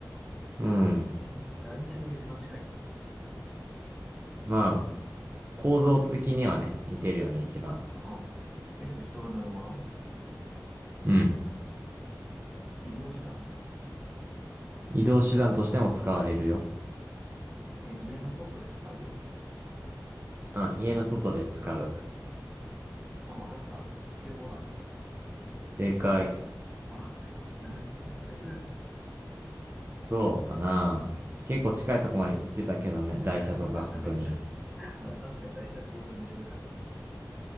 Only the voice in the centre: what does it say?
え、台車が一番近い
あは。え、でも人が乗るもの
移動手段
え、家の外で使う
あ、わかった。スケボーだ。
あ、なるほど。むず
っ。<laughs>
台車。まあ、確かに台車構造似てるか。